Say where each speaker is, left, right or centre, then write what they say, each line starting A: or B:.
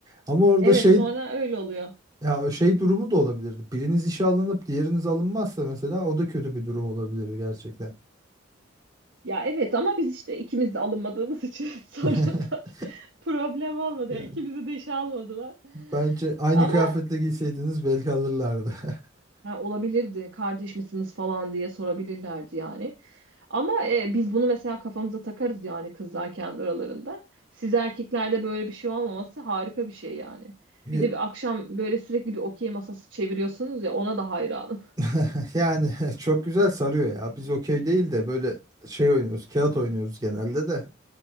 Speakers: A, on the right; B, on the right.
A: Ama orada
B: Evet
A: şey
B: sonra öyle oluyor.
A: ya şey durumu da olabilirdi. Biriniz işe alınıp diğeriniz alınmazsa mesela o da kötü bir durum olabilirdi gerçekten.
B: Ya evet ama biz işte ikimiz de alınmadığımız için <laughs> sonradan
A: <laughs>
B: problem olmadı.
A: Yani
B: Yani ikimizi de işe almadılar.
A: bence aynı
B: Ama
A: kıyafetle giyseydiniz belki alırlardı. <laughs>
B: ha, olabilirdi kardeş misiniz falan diye sorabilirlerdi yani. Ama e, biz bunu mesela kafamıza takarız yani kızlar kendi aralarında. Siz erkeklerde böyle bir şey olmaması harika bir şey yani.
A: Ya-
B: Bir de bir akşam böyle sürekli bir okey masası çeviriyorsunuz ya ona da hayranım.
A: <laughs> Yani <laughs> çok güzel sarıyor ya. Biz okey değil de böyle şey oynuyoruz, kağıt oynuyoruz genelde de.